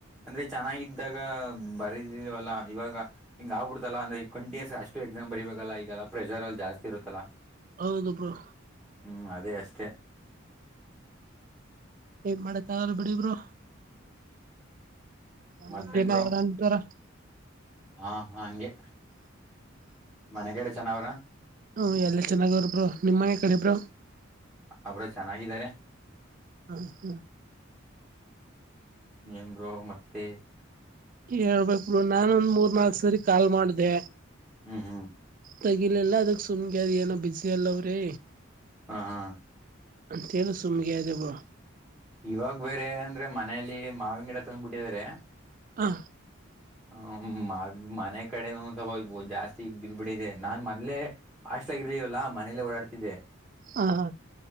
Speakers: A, in the centre; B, on the right.
A: ಅಂದ್ರೆ ಚೆನ್ನಾಗಿದ್ದಾಗ ಬರದಲ್ವಲ್ಲ ಇವಾಗ ಹಿಂಗ ಆಗ್ಬಿಡ್ತಲ್ಲ ಅಂದ್ರೆ ಕ್ಂಟಸ್ ಅಷ್ಟು ಎಕ್ಸಾಮ್ ಬರಬೇಕಲ್ಲ ಈಗಲ್ಲ ಪ್ರೆಷರ್ ಅ ಜಾಸ್ತಿ ಇತ್ತಲ್ಲ
B: ಹೌದುಬ್ರೋ
A: ಹ್ಮ್ ಅದೇ ಅಷ್ಟೇ
B: ಏನು ಮಾಡಕ್ ಆಗಲ್ಲ ಬಿಡಿ ಬ್ರೋ ಒಂದೊಂದ
A: ಮತ್ತೇನ್
B: ದಿನ
A: ಬ್ರೋ
B: ಅವರಂತರ
A: ಹಾ ಹಾ ಹಂಗೆ ಮನೆಗಡೆ ಚೆನಾವ್ರ
B: ಹ ಎಲ್ಲ ಚೆನ್ನಾಗ ಅವರಬ್ರೋ ನಿಮ್ಮ ಮನೆ ಕಡೆಬ್ರ
A: ಅವ್ರ ಚೆನ್ನಾಗಿದ್ದಾರೆ
B: ಹ್ಮ ಹಾ
A: ಏನ್ ಬ್ರೋ ಮತ್ತೆ
B: ಹೇಳ್ಬೇಕಕ್ ಬ್ರೋ ನಾನ ಒಂದ್ ಮೂರ್ ನಾಲ್ಕಕ್ ಸರಿ ಕಾಲ್ ಮಾಡ್ದ
A: ಹ್ಮ್ ಹ್ಮ್
B: ತಗಿಲಿಲ್ಲಾ ಅದಕ್ ಸುಮ್ಗೆ ಅದ್ ಏನೋ ಬಿಸಿ ಅಲ್ಲ ಅವ್ರೀ
A: ಹಾ ಹಾ
B: ಅಂತಲ್ಲ ಸುಮಗೆಯ್ದ ಬ್ರೋ
A: ಇವಾಗ ಬೇರೆ ಅಂದ್ರೆ ಮನೇಲಿ ಮಾವಿನ ಗಿಡ ತಂದ್ಬ ಬಿಟ್ಟಿದ್ರ
B: ಹ
A: ಹ್ಮ ಮದ್ ಮನೆ ಕಡೆನ ಒಂದ ಸ್ವಲ್ ಜಾಸ್ತಿ ಇದ್ ಬಿದ್ ಬಿಡಿದೆ ನಾನ್ ಮೊದ್ಲೆ ಅಷ್ಟಾಗಿರ್ಲವಲ್ಲ ಮನೇಲ್ಲೇ ಓಡಾಡ್ತಿದ್ದೆ
B: ಹಾ ಹಾ